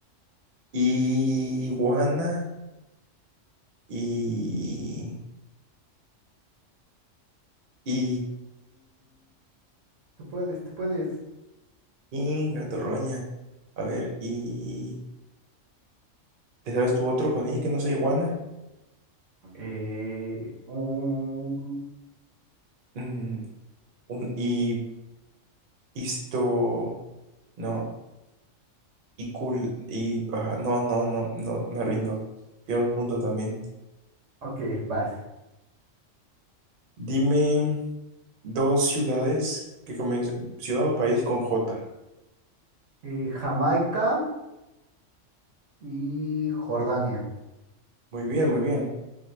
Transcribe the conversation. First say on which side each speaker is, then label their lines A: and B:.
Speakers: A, on the right; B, on the right.
A: Iguana y... Y...
B: Tú puedes, tú puedes.
A: Y gatorroña. A ver, y... ¿Te sabes tú otro con I que no sea iguana?
B: Eh, un...
A: Mm, un y... Isto... No. Y cool... Y... ah, no, no, no, no, me rindo. Pierdo punto también.
B: Ok, vas.
A: Dime dos ciudades que comienzan, ciudad o país con J.
B: Eh, Jamaica y Jordania.
A: Muy bien, muy bien.